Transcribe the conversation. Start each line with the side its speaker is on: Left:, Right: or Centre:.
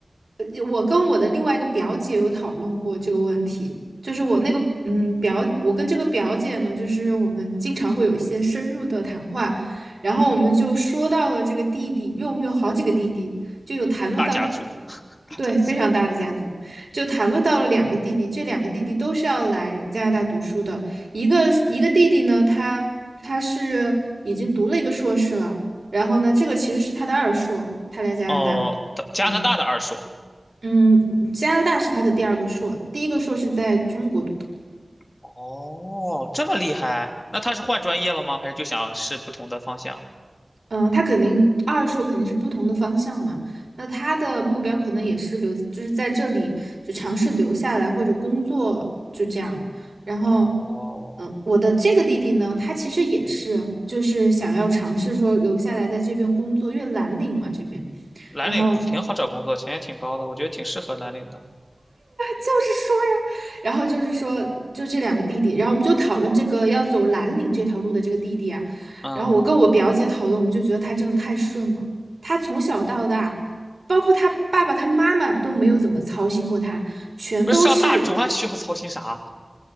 Right: 呃我跟我的另外一个表姐有讨论过这个问题，就是我那个嗯表，我跟这个表姐呢，就是我们经常会有一些深入的谈话，然后我们就说到了这个弟弟，
Left: 嗯。
Right: 因为我们有好几个弟弟，就有谈论到，
Left: 大家族，<laughs> 大家族。
Right: 对，非常大的家族，就谈论到了两个弟弟，这两个弟弟都是要来加拿大读书的，一个一个弟弟呢，他他是已经读了一个硕士了。然后呢，这个其实是他的二硕，他来加拿大，
Left: 哦，他加拿大的二硕。
Right: 嗯嗯，加拿大是他的第二个硕，第一个硕是在中国读的，
Left: 哦，这么厉害？那他是换专业了吗？还是就想试不同的方向？
Right: 嗯，他肯定二硕肯定是不同的方向嘛，那他的目标可能也是留，就是在这里就尝试留下来或者工作就这样，然后。
Left: 哦，
Right: 嗯，我的这个弟弟呢，他其实也是，就是想要尝试说留下来在这边工作，因为蓝领嘛这边，
Left: 蓝领挺好找工作，
Right: 然后
Left: 钱也挺高的，我觉得挺适合蓝领的。
Right: 就是说呀，然后就是说，就这两个弟弟，然后我们就讨论这个要走蓝领这条路的这个弟弟啊，
Left: 嗯，
Right: 然后我跟我表姐讨论，我们就觉得他真的太顺了，他从小到大，包括他爸爸、他妈妈都没有怎么操心过他，全都是，
Left: 不是上大专 <laughs> 需要操心啥？